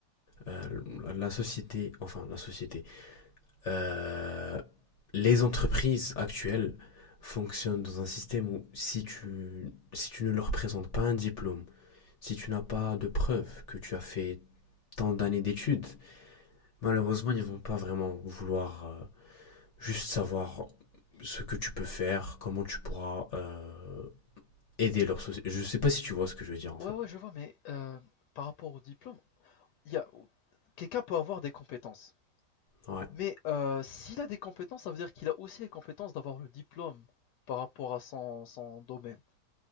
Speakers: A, on the left; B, on the left.
A: euh, la- société, enfin la société, euh, les entreprises actuelles fonctionnent dans un système où si tu, si tu ne leur présentes pas un diplôme, si tu n'as pas de preuve que tu as fait tant d'années d'études, Malheureusement, ils ne vont pas vraiment vouloir euh, juste savoir ce que tu peux faire, comment tu pourras euh, aider leur société. Je sais pas si tu vois ce que je veux dire en
B: Ouais,
A: fait.
B: ouais, je vois, mais euh, par rapport au diplôme, il y a quelqu'un peut avoir des compétences,
A: Ouais.
B: mais euh, s'il a des compétences, ça veut dire qu'il a aussi les compétences d'avoir le diplôme par rapport à son, son domaine.